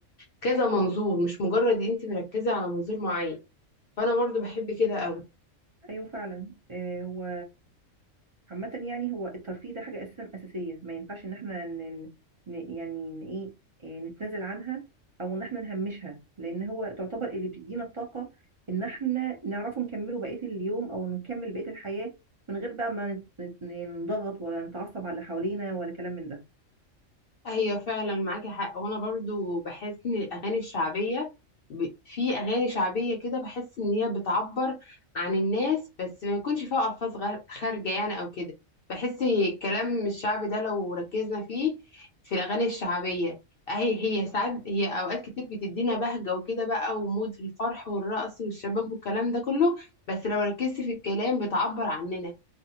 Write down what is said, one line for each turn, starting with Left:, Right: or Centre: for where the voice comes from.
Left: كذا منظور مش مجرد انت مركزة على منظور معين فانا برضو بحب كده قوي
Right: ايوه فعلا آه، هو عامة يعني هو الترفيه ده حاجة أساسا أساسية ما ينفعش إن إحنا ن... ن... يعني إن إيه إيه، نتنازل عنها أو إن إحنا نهمشها لأن هو تعتبر اللي بتدينا الطاقة إن إحنا نعرفه نكمله بقية اليوم أو نكمل بقية الحياة من غير بقى ما نت- نضغط ولا نتعصب على اللي حوالينا ولا كلام من ده
Left: ايوه فعلا معاكي حق وانا برضو بحس ان الاغاني الشعبية ب- في اغاني شعبية كده بحس ان هي بتعبر عن الناس بس ما يكونش فيها الفاظ غير- خارجة يعني او كده بحس الكلام الشعبي ده لو ركزنا فيه في الاغاني الشعبية اهي هي ساعات هي اوقات كتير بتدينا بهجة وكده بقى ومود في الفرح والرقص والشباب والكلام ده كله بس لو ركزت في الكلام بتعبر عننا